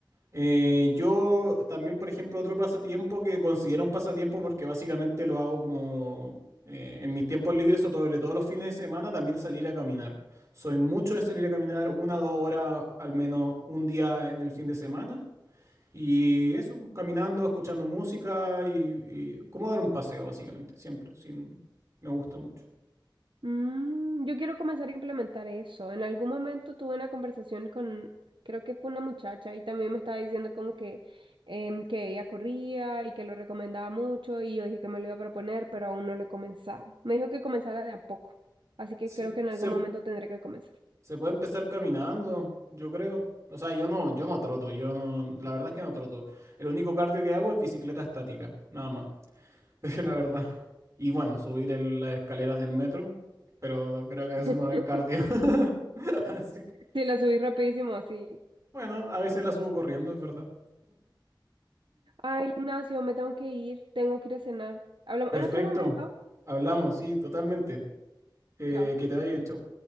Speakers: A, on the right (about 40°); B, on the right (about 75°).
A: Eh, yo también, por ejemplo, otro pasatiempo que considero un pasatiempo porque básicamente lo hago como eh, en mis tiempos libres o sobre todo los fines de semana, también salir a caminar. Soy mucho de salir a caminar una o dos horas al menos un día en el fin de semana. Y eso, caminando, escuchando música y, y como dar un paseo, básicamente, siempre, sin, me gusta mucho.
B: mm, yo quiero comenzar a implementar eso. En algún momento tuve una conversación con, creo que fue una muchacha y también me estaba diciendo como que, em, que ella corría y que lo recomendaba mucho y yo dije que me lo iba a proponer, pero aún no lo he comenzado. Me dijo que comenzara de a poco, así que
A: Sí,
B: creo que en
A: se,
B: algún momento tendré que comenzar.
A: se puede empezar caminando, yo creo. O sea, yo no, yo no troto, yo no, la verdad es que no troto. El único cardio que hago es bicicleta estática, nada más, <laughs> es la verdad. Y bueno, subir el- las escaleras del metro, pero creo que
B: <laughs>
A: eso no es cardio. <laughs> Así que,
B: Sí, la subí rapidísimo, sí.
A: bueno, a veces la subo corriendo, es verdad.
B: Ay, Ignacio, me tengo que ir, tengo que ir a cenar. Hablamos
A: Perfecto,
B: en otro momento.
A: hablamos, sí, totalmente. Eh,
B: Chau.
A: que te vaya bien, chau.